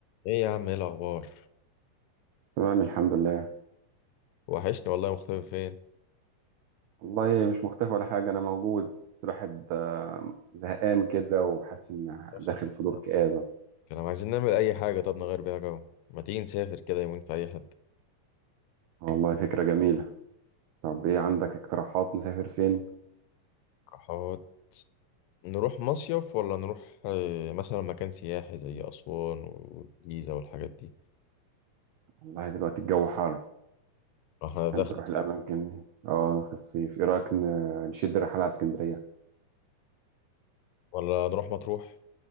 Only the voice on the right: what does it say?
تمام الحمد لله
والله مش مختفي ولا حاجة أنا موجود بس الواحد آه، زهقان كده وحاسس إن
داخل
في دور كآبة
والله فكرة جميلة طب إيه عندك اقتراحات نسافر فين؟
والله دلوقتي الجو حر
عشان تروح
الأماكن دي. اه في الصيف إيه رأيك ن- نشد رحلة على اسكندرية؟